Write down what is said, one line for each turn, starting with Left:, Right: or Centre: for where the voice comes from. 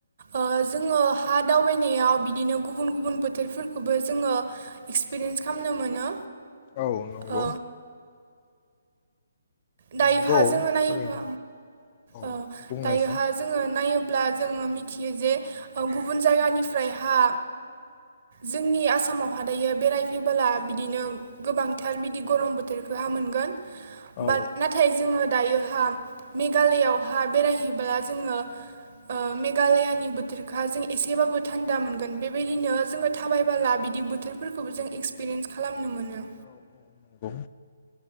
Right: ओ जोङो हा दावबायनायाव बिदिनो गुबुन गुबुन बोथोरफोरखौबो जोङो एक्सपिरियेन्स खालामनो मोनो।
Left: औ नंगौ।
Right: ओ दायोहा
Left: नंगौ
Right: जोङो नायोब्ला
Left: थारैनो औ
Right: ओ
Left: बुंनायसाय
Right: दायोहा जोङो नायोब्ला जोङो मिथियो जे गुबुन जायगानिफ्रायहा जोंनि आसामावहा दायो बेरायफैबोला बिदिनो गोबांथार बिदि गरम बोथोरखौहा मोनगोन।
Left: औ
Right: बाथ नाथाय जोङो दायोहा मेघालयावहा बेरायहैबोला जोङो ओ मेघालयानि बोथोरखौहा जों एसेबाबो थान्दा मोनगोन बेबायदिनो जोङो थाबायबोला बिदि बोथोरफोरखौबो जों एक्सपिरियेन्स खालामनो मोनो।
Left: औ औ नंगौ।